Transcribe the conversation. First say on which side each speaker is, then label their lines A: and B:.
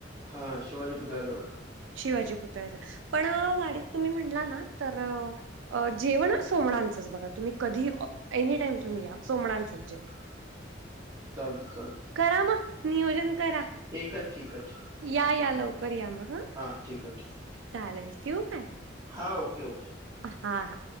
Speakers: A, on the right; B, on the right.
A: हा शिवाजी पुुतल्याजवळ
B: शिवाजी पुतळ्याच पण वाडीत तुम्ही म्हणला ना तर जेवण सोमणांचंच बघा तुम्ही कधी एनीटाईम तुम्ही या सोमणांचंच जेव
A: <inaudible> चालतं
B: करा म नियोजन करा.
A: ठीकय ठीकय ठीकय
B: या या लवकर या म ह
A: हां ठीक हाय ठीक हाय.
B: चालेल ठेऊ काय?
A: हा ओके ओके.
B: हा हा